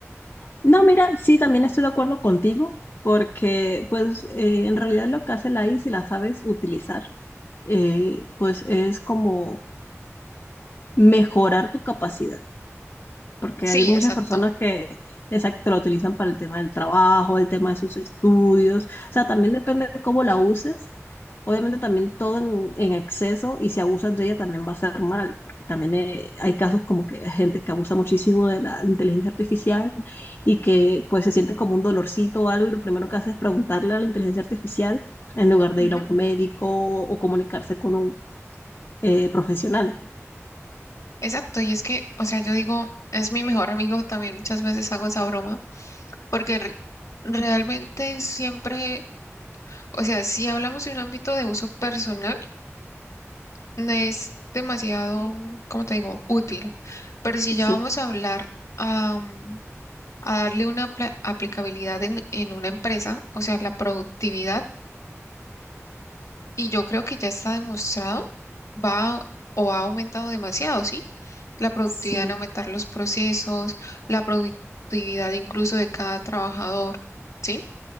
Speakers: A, on the left; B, on the left.
A: No, mira, sí, también estoy de acuerdo contigo, porque pues eh, en realidad lo que hace la I, A, si la sabes utilizar, eh, pues es como mejorar tu capacidad porque
B: Sí,
A: hay muchas
B: exacto.
A: personas que, exacto, la utilizan para el tema del trabajo, el tema de sus estudios, o sea, también depende de cómo la uses. Obviamente también todo en, en exceso y si abusas de ella también va a ser mal, porque también eh, hay casos como que hay gente que abusa muchísimo de la inteligencia artificial y que pues se siente como un dolorcito o algo y lo primero que hace es preguntarle a la inteligencia artificial en lugar
B: Ujú.
A: de ir a un médico o comunicarse con un eh, profesional.
B: Exacto. Y es que, o sea, yo digo, es mi mejor amigo también, muchas veces hago esa broma, porque re- realmente siempre, o sea, si hablamos de un ámbito de uso personal, no es demasiado,
A: Sí,
B: mm, como te digo, útil, pero si
A: Sí,
B: ya vamos a hablar a, mm, a darle una apla- aplicabilidad en, en una empresa, o sea, la productividad, y yo creo que ya está demostrado, va o ha aumentado demasiado, ¿sí? La productividad
A: sí.
B: en aumentar los procesos, la productividad incluso de cada trabajador, ¿sí?